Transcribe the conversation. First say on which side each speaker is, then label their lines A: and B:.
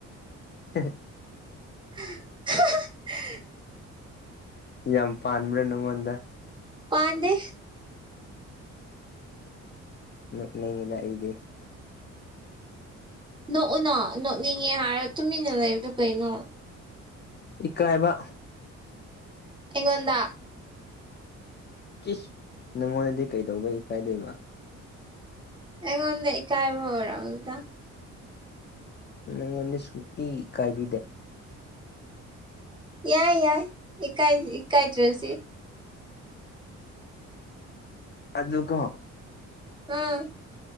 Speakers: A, on the left; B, on the right.
A: <inaudible>
B: ꯑ ꯑꯍꯍ
A: ꯌꯥꯝ ꯄꯥꯟꯕ꯭ꯔꯥ ꯅꯉꯣꯟꯗ
B: ꯄꯥꯟꯗꯦ
A: <unintelligible>
B: ꯅꯣꯛꯎꯅꯣ ꯅꯣꯛꯅꯤꯡꯉꯦ ꯍꯥꯏꯔ ꯇꯨꯃꯤꯟꯅ ꯂꯩꯕꯗꯨ ꯀꯩꯅꯣ
A: ꯏꯀꯥꯏꯕ
B: ꯑꯩꯉꯣꯟꯗꯥ
A: ꯀꯤꯁ ꯅꯪꯉꯣꯟꯗꯗꯤ ꯀꯩꯗꯧꯕꯒꯤ ꯀꯥꯏꯗꯣꯏꯕ
B: ꯑꯩꯉꯣꯟꯗ ꯏꯀꯥꯏꯕ ꯑꯣꯏꯔꯝꯅꯤꯗ
A: ꯅꯪꯉꯣꯟꯗ ꯁꯨꯝ ꯏ ꯀꯥꯏꯕꯤꯗꯦ
B: ꯌꯥꯏ ꯌꯥꯏ ꯏꯀꯥꯏ ꯏꯀꯥꯏ ꯗ꯭ꯔꯁꯤ
A: ꯑꯗꯨ ꯀꯣ
B: ꯎꯝ